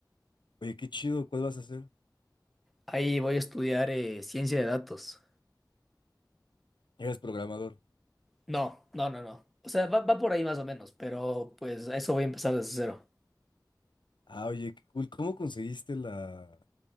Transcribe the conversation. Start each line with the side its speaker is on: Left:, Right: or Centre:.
Left: Oye, qué chido, ¿cuál vas a hacer?
Centre: Ahí voy a estudiar eh, ciencia de datos.
Left: Eres programador.
Centre: No, no, no, no. O sea, va, va por ahí más o menos, pero pues a eso voy a empezar desde cero.
Left: Ah, oye, qué cool. ¿Cómo conseguiste la,